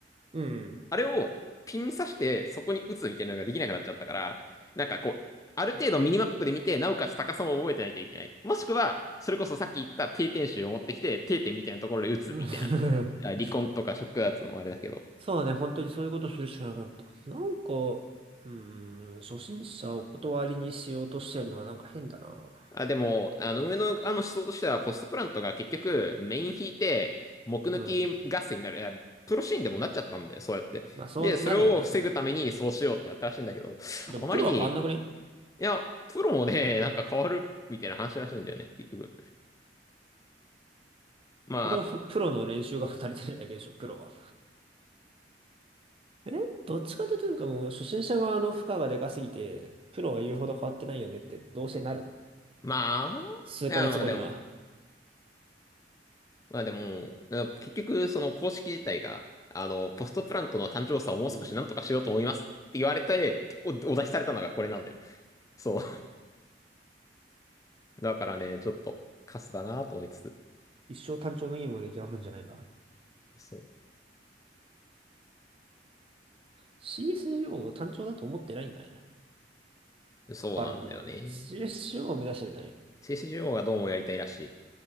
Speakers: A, on the right (about 30°); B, on the left (about 20°).
A: うん。
B: あれをピン刺して、そこに打つみたいなのができなくなっちゃったから、なんかこう、ある程度ミニマップで見て、
A: うん
B: なおかつ高さも覚えてないといけない。もしくは、それこそさっき言った定点集を持ってきて、定点みたいなところで打つみたいな。
A: <laughs>
B: あ離婚とかショックダーツのあれだけど。
A: そうね、本当にそういうことするしかなくなった。なんか、うーん、初心者をお断りにしようとしてんのはなんか変だな。
B: あ、でも、あの、上の、あの思想としては、ポストプラントが結局、メイン引いて、木抜き合戦になる、
A: うん。
B: いやプロシーンでもなっちゃったんで、そうやって。
A: まあ、そうなるよね、
B: で、それを防ぐためにそうしようってやったらしいんだけど、
A: それは。でも、
B: あまりに、
A: プロは変わんなくね
B: いや、プロもね、なんか変わるみたいな話らしいんだよね、結局。まあ、
A: それは
B: あと
A: <laughs> プロの練習が足りてないだけでしょ、プロは。えどっちかというと、もう初心者側の負荷がでかすぎて、プロは言うほど変わってないよねって、どうせなるの。
B: まあ、
A: 数ヶ月後には。
B: いや、まあでも、まあでも、あ結局、その公式自体が、あの、ポストプラントの単調さをもう少しなんとかしようと思いますって言われて、
A: うん。
B: お、お出しされたのがこれなんだよ。そう。だからね、ちょっとカスだなと思いつつ。
A: 一生単調のゲームが出来上がるんじゃないか。
B: そ
A: CSGO を単調だと思ってないんだね。
B: う。そうなんだよね。
A: バラの海はね。CSGO を目指してるんだね。
B: CSGO がどうもやりたいらし